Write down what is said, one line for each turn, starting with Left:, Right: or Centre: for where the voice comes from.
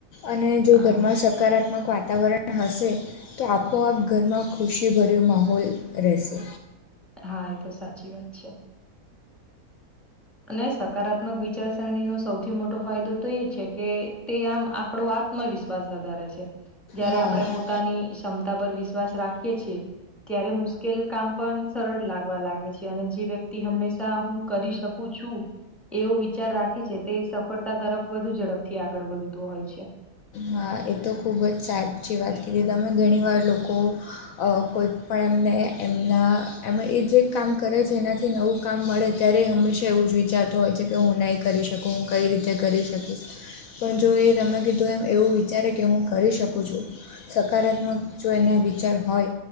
Left: અને જો ઘરમાં
Centre: હા
Left: સકારાત્મક વાતાવરણ હશે તો આપોઆપ ઘરમાં ખુશીભર્યું માહોલ રહેશે
Centre: હા એ તો સાચી વાત છે અને સકારાત્મક વિચારસરણીનો સૌથી મોટો ફાયદો તો એ છે કે તે આમ આપણો આત્મવિશ્વાસ વધારે છે જયારે
Left: હા
Centre: આપણે પો પોતાની ક્ષમતા પર વિશ્વાસ રાખીએ છીએ ત્યારે મુશ્કેલ કામ પણ સરળ લાગે કરવા લાગે છે અને જે વ્યક્તિ હંમેશા હું કરી શકું છું એવો વિચાર રાખે છે તે સફળતા તરફ વધુ ઝડપથી આગળ વધતું હોય છે
Left: હા એ તો ખૂબ જ સારી છે વાત કીધી તમે ઘણીવાર લોકો કોઈ પણ એમને એમના એમાં એ જે કામ કરે છે એનાથી નવું કામ મળે ત્યારે હંમેશા એવું જ વિચાર હોય છે કે હું નહીં કરી શકું હું કઈ રીતે કરી શકીશ પણ જો એ તમે કીધું એમ એવું વિચારે કે હું કરી શકું છું સકારાત્મક જો એના વિચાર હોય